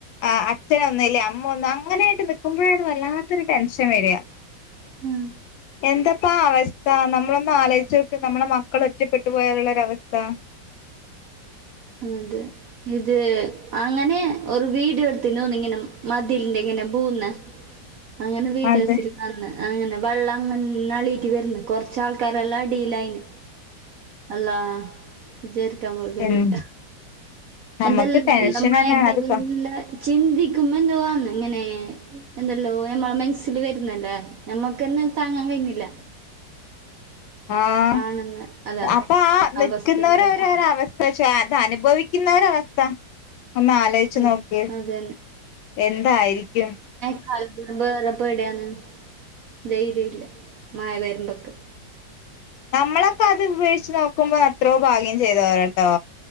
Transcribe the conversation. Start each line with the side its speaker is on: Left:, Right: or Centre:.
Left: അ അച്ഛനൊന്നുല്ല അമ്മ ഒന്നും അങ്ങനെയായിട്ട് നൽക്കുമ്പോഴാണ് വല്ലാത്തൊരു ടെൻഷൻ വര.
Right: ഉം.
Left: എന്താപ്പാ അവസ്ഥ നമ്മളൊന്ന് ആലോചിച്ച് നോക്ക് നമ്മളെ മക്കൾ ഒറ്റപ്പെട്ടു പോയാലുള്ളൊരവസ്ഥ.
Right: ഉം അതേ. ഇത് അങ്ങനെ ഒരു വീഡിയോ എടുത്തിന്നു ഇങ്ങനെ മതിലിന്റെ ഇങ്ങനെ പോവുന്ന.
Left: <inaudible>
Right: അങ്ങനെ വീഡിയോസിൽ
Left: അതെ
Right: കാണ്ന്ന അങ്ങനെ വെള്ളം അങ്ങനെ അളീക്ക്‌ വര്ന്ന് കൊറച്ചാ ൾക്കാരെല്ലാടീലായ്ന് അല്ലാഹ് വിചാരിക്കൻപോലും കഴില്ല.
Left: ഉം. നമുക്ക്
Right: എന്തെൽ <unintelligible>
Left: ടെൻഷൻ തന്നെയാണ് അത്
Right: ചിന്തിക്കുമ്പ എന്തുവാ ങ്ങനെ എന്തല്ലോ നമ്മള മനസ്സ്ൽ വര്ന്നല്ലേ നമ്മക്കന്നെ താങ്ങാൻ കഴിന്നില്ല.
Left: ആഹ്
Right: കാണുന്ന അതാ
Left: അപ്പൊ ആ നിക്കുന്നവരരര
Right: അവസ്ഥ എന്തായിട്ട്
Left: അവസ്ഥ. പക്ഷേ അത് അനുഭവിക്കുന്നവരെ അവസ്ഥ ഒന്നാലോയ് ച്ച്
Right: ഉം
Left: നോക്ക്,
Right: അതന്നെ
Left: എന്തായിരിക്കും
Right: <unintelligible> പേടിയാണ് ധൈര്യല്ല മഴ വരുമ്പോക്ക്‌
Left: നമ്മളൊക്കെ അത് ഉപേക്ഷിച്ച് നോക്കുമ്പോ അത്രോ ഭാഗ്യം ചെയ്തവരട്ടോ.